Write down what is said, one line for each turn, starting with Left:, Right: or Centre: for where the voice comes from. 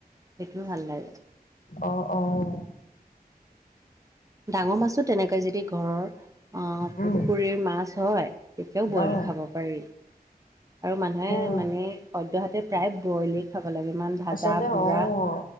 Right: সেইটোও ভাল লাগে
Left: অহ অহ।
Right: ডাঙৰ মাছো তেনেকৈ যদি ঘৰৰ অঁহ পুখুৰীৰ
Left: উম
Right: মাছ হয় তেতিয়াও বইল
Left: অ
Right: খাব পাৰি, আৰু মানুহে
Left: অ
Right: মানে সদ্যহতে প্ৰায়ে বইলেই খাব লাগে ইমান ভাজা
Left: আচলতে
Right: পোৰা
Left: অঁ